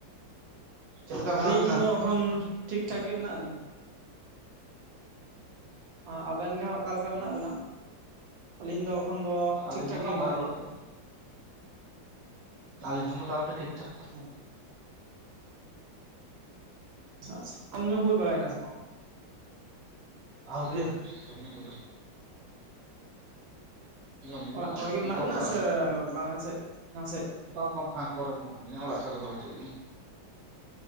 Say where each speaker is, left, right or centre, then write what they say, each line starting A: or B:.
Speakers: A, on the right; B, on the right.
A: ᱪᱮᱫ ᱞᱮᱠᱟ ᱢᱮᱱᱟᱜ
B: ᱟᱹᱞᱤᱧ
A: ᱵᱤᱱᱟ?
B: ᱫᱚ ᱮᱠᱷᱚᱱ ᱴᱷᱤᱠ ᱴᱷᱟᱠ ᱜᱮ ᱢᱮᱱᱟᱜ ᱞᱤᱧᱟ ᱟᱻᱻ ᱟᱵᱮᱱ ᱜᱮ ᱦᱟᱜ ᱚᱠᱟ ᱞᱮᱠᱟ ᱢᱮᱱᱟᱜ ᱵᱮᱱᱟ ᱟᱞᱤᱧ ᱫᱚ ᱮᱠᱷᱚᱱ ᱫᱚ
A: ᱟᱹᱞᱤᱧ
B: ᱴᱷᱤᱠ ᱴᱷᱟᱠ
A: ᱦᱚᱸ
B: ᱜᱮ
A: ᱱᱟᱯᱟᱭ
B: ᱢᱮᱱᱟᱜ ᱞᱤᱧᱟ
A: ᱵᱟᱲᱟᱜ ᱜᱮ ᱟᱞᱤᱧ ᱦᱚᱸ ᱢᱚᱴᱟᱢᱩᱴᱤ ᱴᱷᱤᱠᱴᱷᱟᱠ᱾
B: <inaudible> ᱟᱪᱪᱷᱟ ᱟᱪᱪᱷᱟ ᱡᱚᱢ ᱧᱩ ᱦᱩᱭ ᱵᱟᱲᱮᱱᱟ ᱥᱮ ᱵᱟᱝ?
A: ᱟᱹᱣᱨᱤᱭᱟ ᱡᱚᱢ ᱧᱩ ᱠᱚᱫᱚ ᱡᱚᱢ ᱧᱩ
B: ᱚᱲᱟᱜ ᱠᱚᱨᱮ ᱜᱮ ᱢᱮᱱᱟᱜ
A: ᱫᱚᱥ
B: ᱵᱮᱱᱟ
A: ᱥᱟᱲᱮ
B: ᱥᱮ
A: ᱫᱚᱥ ᱵᱟᱡᱮ᱾
B: ᱵᱟᱨᱦᱮ ᱥᱮᱫ ᱡᱟᱦᱟᱸ ᱥᱮᱫ
A: ᱵᱟᱝ ᱵᱟᱝ ᱯᱷᱟᱸᱠ ᱠᱚᱨᱮ ᱢᱮᱱᱟᱜ ᱞᱤᱧᱟ ᱚᱲᱟᱜ ᱥᱮᱫ ᱨᱮᱫᱚ ᱵᱟᱪᱩᱜ ᱞᱤᱧᱟ᱾